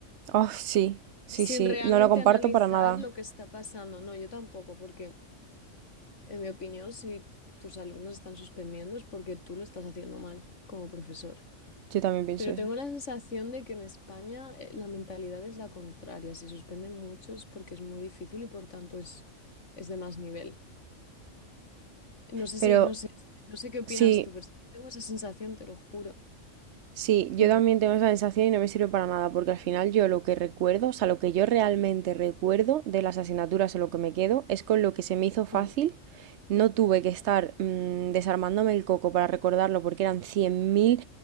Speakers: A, on the right; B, on the left.
A: Oh, sí, sí,
B: sin
A: sí,
B: realmente
A: no lo comparto
B: analizar
A: para nada.
B: lo que está pasando. No, yo tampoco, porque En mi opinión, si tus alumnos están suspendiendo es porque tú lo estás haciendo mal como profesor.
A: Yo también pienso
B: Pero
A: eso.
B: tengo la sensación de que en España eh, la mentalidad es la contraria. Si suspenden muchos es porque es muy difícil y por tanto es, es de más nivel. No sé
A: Pero
B: si, no sé, si- no sé qué opinas
A: sí,
B: tú, pero es que yo tengo esa sensación, te lo juro.
A: sí, yo
B: Mm,
A: también tengo esa sensación y no me sirve para nada, porque al final yo lo que recuerdo, o sea, lo que yo realmente recuerdo de las asignaturas o lo que me quedo, es con lo que se me hizo fácil.
B: mm,
A: No tuve que estar mm, desarmándome el coco para recordarlo, porque eran cien mil